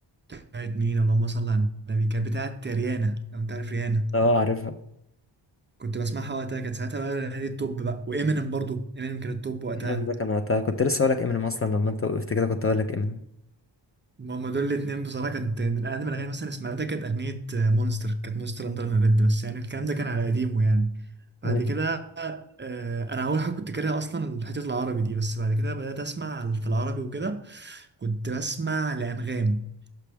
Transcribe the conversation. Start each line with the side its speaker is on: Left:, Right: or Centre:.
Right: بتاعت مين اللهم صل على النبي كانت بتاعت ريانا لو انت عارف ريانا
Left: أه عارفها
Right: كنت بسمعها وقتها كانت ساعتها بقى الاغاني التوب بقى وامينيم برضو امينيم كان التوب وقتها
Left: انغام ده كان وقتها كنت لسه هقولك امينيم اصلا لما انت وقفت كده كنت هقولك امينيم
Right: ما هما دول الاتنين بصراحة كانت من أقدم الأغاني مثلا سمعتها كانت أغنية مونستر كانت مونستر أندر ما بيد بس يعني الكلام ده كان على قديمه يعني بعد
Left: مم.
Right: كده آه، أنا أول حاجة كنت كاره أصلا الحتة العربي دي بس بعد كده بدأت أسمع في العربي وكده كنت بسمع لأنغام